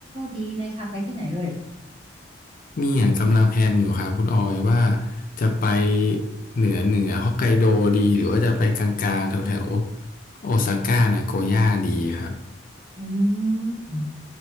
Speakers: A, on the right; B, on the left.
A: ดีเลยค่ะ ไปที่ไหนเอ่ย
B: เนี่ยกำลังแพลนอยู่ครับคุณออยว่าจะไปเหนือเหนือฮอกไกโดดีหรือว่าจะไปกลางๆแถวๆโอซาก้านาโกย่าดีครับ
A: อืม